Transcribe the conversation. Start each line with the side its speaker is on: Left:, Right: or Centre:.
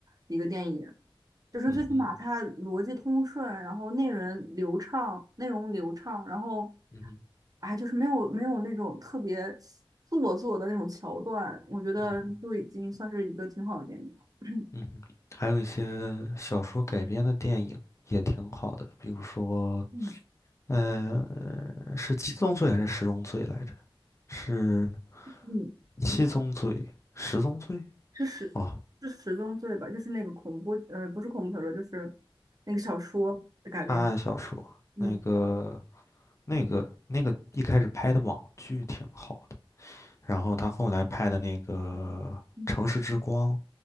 Right: 一个电影。就是最起码它逻辑通顺，
Left: 嗯哼，
Right: 然后内容流畅，内容流畅，然后，
Left: 嗯哼，
Right: 哎，就是没有没有那种特别做作的那种桥段，我觉得就已经算是一个挺好的电影了。
Left: 嗯哼，嗯哼，还有一些小说改编的电影也挺好的，比如说，
Right: 嗯
Left: 呃，是七宗罪还是十宗罪来着？是
Right: 嗯，
Left: 七宗罪、十宗罪？
Right: 是十是十宗罪吧？
Left: 哦，
Right: 就是那个恐怖，呃，不是恐怖小说，就是那个小说的改编。
Left: 探案小说，
Right: 嗯，
Left: 那个、那个、那个一开始拍的网剧挺好的，然后他后来拍的那个《城市之光》
Right: 嗯，